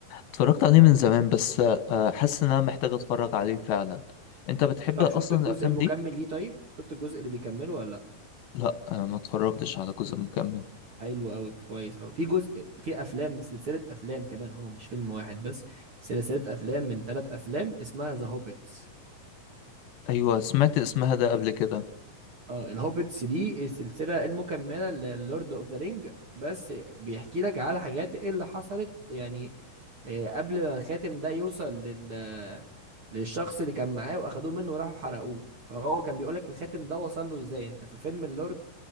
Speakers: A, on the left; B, on the right.
A: اتفرجت عليه من زمان بس آه، حاسس ان انا محتاج اتفرج عليه فعلا انت بتحب
B: طب
A: اصلا
B: شفت الجزء
A: الافلام
B: المكمل
A: دي
B: ليه طيب شفت الجزء اللي بيكمله ولا لا
A: لا آه، ما اتفرجتش على جزء مكمل
B: حلو قوي كويس قوي في جزء في افلام سلسله افلام كمان هما مش فيلم واحد بس سلسله افلام من ثلاث افلام اسمها ذا هوبيت
A: ايوه سمعت اسمها ده قبل كده
B: اه الهوبتس دي السلسلة المكملة للورد اوف ذا رينج بس بيحكي لك على حاجات إيه اللي حصلت يعني آه، قبل ما الخاتم ده يوصل لل آه، للشخص اللي كان معاه واخدوه منه وراحوا حرقوه فهو كان بيقول لك الخاتم ده وصل له ازاي انت في فيلم اللورد